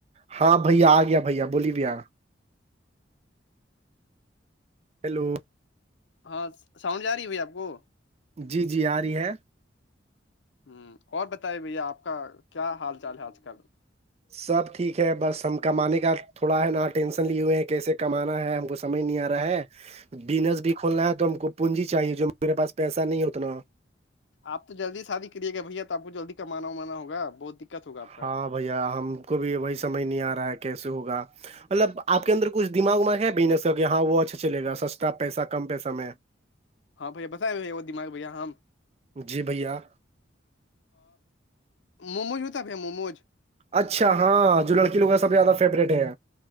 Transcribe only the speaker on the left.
ہاں ساؤنڈ جا رہی بھ آپ کو
ہوں اور بتائیے بھیا آپ کا کیا حال چال ہے آج کل
آپ تو جلدی شادی کری گا بھیا تو آپ کو جلدی کمانا وانا ہوگ بہت دقت ہوگا آ کو
ہاں بھیا بتاائی دماغ بھیا ہمم
مووموج ہوتا بھی مووموج